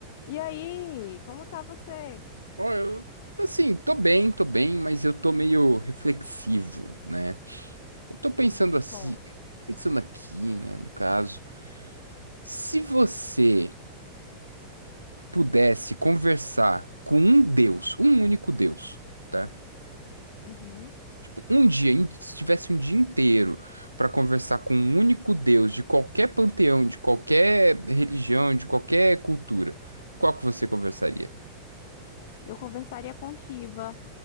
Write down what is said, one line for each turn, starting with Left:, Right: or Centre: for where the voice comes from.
Left: E aí, como tá você?
Right: Ó, eu, assim, tô bem, tô bem, mas eu tô meio reflexivo, né? Eu tô pensando
Left: Hum, me
Right: assim,
Left: conte.
Right: pensando aqui, né, no caso, se você pudesse conversar com um Deus, um único Deus, tá?
Left: Uhum.
Right: Tipo, um dia, in- se tivesse um dia inteiro pra conversar com um único Deus de qualquer panteão, de qualquer religião, de qualquer cultura, qual que você conversaria?
Left: Eu conversaria com Shiva,